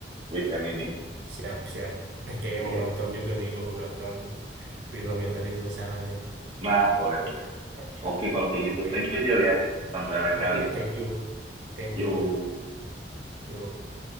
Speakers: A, on the right; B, on the right.
A: weekend ini.
B: siap-siap. Eh, kayaknya
A: Iya.
B: mau nonton juga nih, gue mau nonton film yang tadi lu saranin.
A: Nah, boleh, boleh. Oke, kalau kayak
B: Oke,
A: gitu. Thank you, Dil ya. Sampai lain
B: oke,
A: kali.
B: thank you, thank
A: Yo.
B: you, Nin. Yuk.